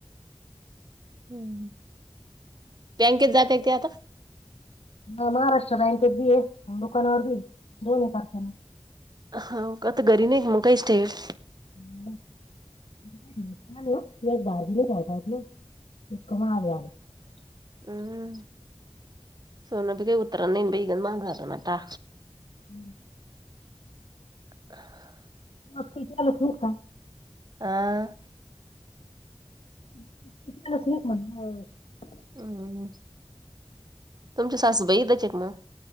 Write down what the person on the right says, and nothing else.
हम्म बँकेत जाते ती आता.
होा आता घरी नाही मग काही स्टेट
हम्म सोनपीिक उतरा न बई गन महाग आता नटा.
<unintelligible>
हा.
हम्म तुमची सासूबाई इथेच येत मग.